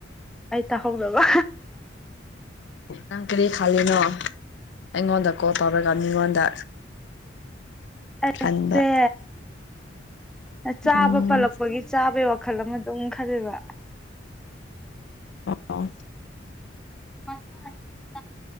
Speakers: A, in the centre; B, on the left (about 65°).
A: ꯑꯩ ꯇꯥꯍꯧꯗꯕ
B: ꯅꯥꯪ ꯀꯔꯤ ꯈꯜꯂꯤꯅꯣ ꯑꯩꯉꯣꯟꯗ ꯀꯣꯜ ꯇꯧꯔꯒ ꯃꯤꯉꯣꯟꯗ
A: ꯑꯩꯁꯦ
B: ꯈꯟꯕ
A: ꯆꯥꯕ
B: ꯎꯝ
A: ꯄꯜꯂꯛꯄꯒꯤ ꯆꯥꯕꯩ ꯋꯥꯈꯜ ꯑꯃ ꯑꯗꯨꯝ ꯈꯜꯂꯤꯕ
B: ꯑꯣ
A: <unintelligible>